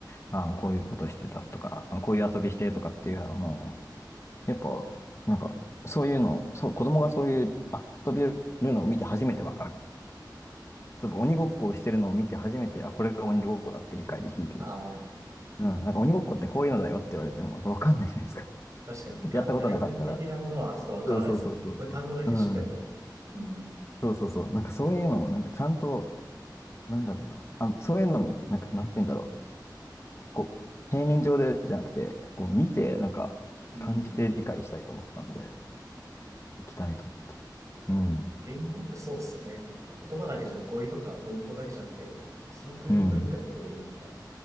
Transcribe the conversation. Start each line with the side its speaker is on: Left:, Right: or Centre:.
Left: あの、こういうことしてたとか、あこういう遊びしてとかっていうのはも
Right: うん
Left: う、やっぱ、なんか、そういうの、そう、子供がそういう遊びをるのを見て初めてわかる。例えば鬼ごっこをしてるのを見て初めて、あ、これが鬼ごっこだって理解できるけど、
Right: ああ。ああ。
Left: うん、なんか鬼ごっこってこういうのだよって言われても、やっぱわかんないじゃないですか。
Right: 確かに、
Left: <laughs>
Right: が、
Left: やったことなかったら。
Right: 概念的なものはちょっとわからないですもん。
Left: そうそうそうそうそう。
Right: これ単語だけしてても。
Left: うん。
Right: うん。
Left: そうそうそう。なんかそういうのを、なんかちゃんと、なんだろうな。あ、そういうのも、なんか、なんて言うんだろう。こう、平面上でじゃなくて、こう、見て、なんか、
Right: うん。
Left: 感じて理解したいと思ったんで、行きたいと思って。うん。
Right: 言語ってそうですよね。言葉だけじゃなく、語彙とか文法だけじゃなくて、その国の文化に触れるみたいな。
Left: うん。